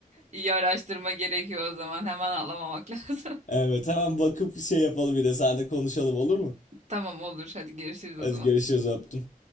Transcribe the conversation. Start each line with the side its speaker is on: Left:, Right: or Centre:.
Right: iyi araştırma gerekiyor o zaman. Hemen ağlamamak <laughs> lazım.
Left: Evet hemen bakıp şey yapalım bir de seninle konuşalım olur mu?
Right: Tamam olur. Hadi görüşürüz
Left: Hadi
Right: o zaman.
Left: görüşürüz öptüm.